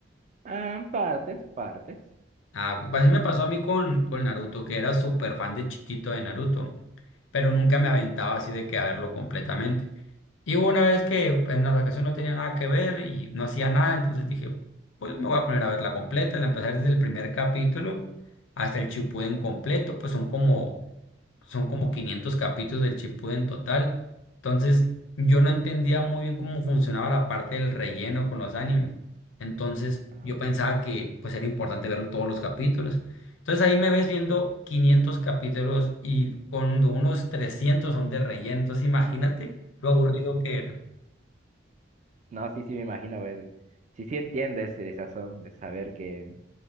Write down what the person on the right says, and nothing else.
Ah, partes, partes.
Ajá.
No, sí, sí, me imagino, ver, sí, sí entiendo ese desazón de saber que